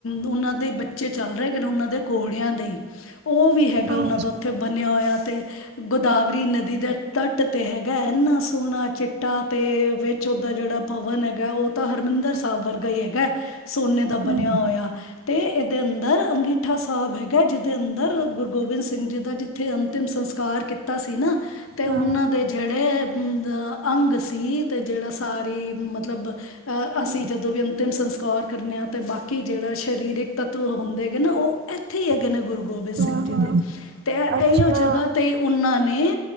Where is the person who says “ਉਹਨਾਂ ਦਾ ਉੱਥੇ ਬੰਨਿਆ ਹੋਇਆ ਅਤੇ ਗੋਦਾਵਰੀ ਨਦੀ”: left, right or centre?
Left